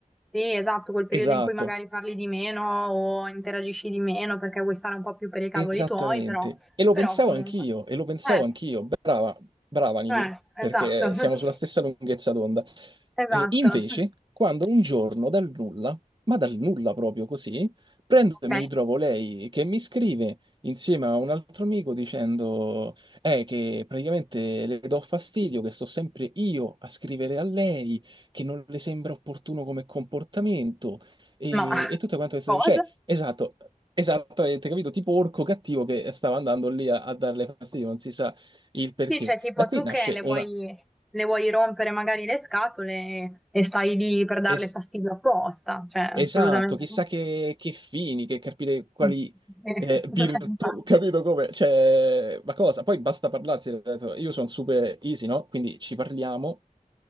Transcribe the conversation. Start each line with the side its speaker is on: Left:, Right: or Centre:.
Centre: sì, esatto, quel periodo
Right: Esatto,
Centre: in cui magari parli di meno o interagisci di meno perché vuoi stare un po' più per i cavoli
Right: Esattamente.
Centre: tuoi, però,
Right: E lo
Centre: però
Right: pensavo
Centre: comunque.
Right: anch'io, e lo pensavo
Centre: Eh,
Right: anch'io. Brava, brava Niki,
Centre: eh, esatto,
Right: perché
Centre: <laughs>
Right: siamo sulla stessa lunghezza d'onda.
Centre: esatto.
Right: Eh, invece, quando un giorno dal nulla, ma dal nulla proprio così, prendo
Centre: Ok.
Right: e mi ritrovo lei che mi scrive insieme a un altro amico dicendo eh, che praticamente le do fastidio, che sto sempre io a scrivere a lei, che non le sembra opportuno come comportamento e,
Centre: Ma
Right: e tutto quanto questo,
Centre: cosa?
Right: cioè, esatto, esattamente, capito? Tipo orco cattivo che stava andando lì a, a darle fastidio, non si sa il perché.
Centre: Sì, cioè tipo
Right: Da qui
Centre: tu
Right: nasce
Centre: che le vuoi,
Right: una...
Centre: le vuoi rompere magari le scatole e stai lì per darle
Right: es-
Centre: fastidio apposta, cioè
Right: esatto,
Centre: assolutamente
Right: chissà
Centre: no.
Right: che, che fini, che capire quali
Centre: <laughs> Eh,
Right: eh,
Centre: Cioè,
Right: virtù,
Centre: infatti.
Right: <laughs> capito come? Cioè, ma cosa? Poi basta parlarsi, ho detto, io sono super easy, no? Quindi ci parliamo